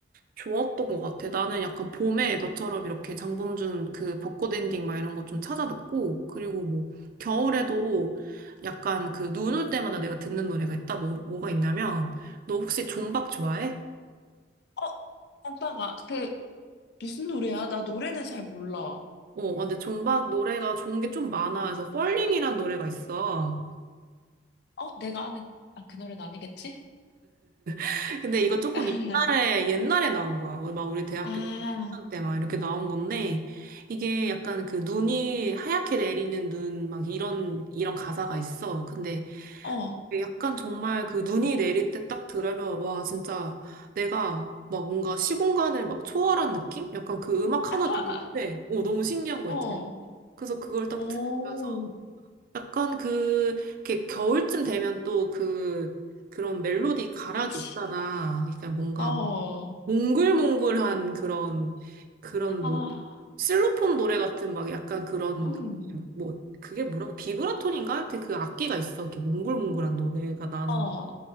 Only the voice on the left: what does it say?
어, 오빠가 그 무슨 노래야? 나 노래는 잘 몰라.
어, 내가 아는 아, 그 노래는 아니겠지?
<laughs>
아,
어,
<laughs>
어,
오,
그치.
어.
아,
음,
어, 어,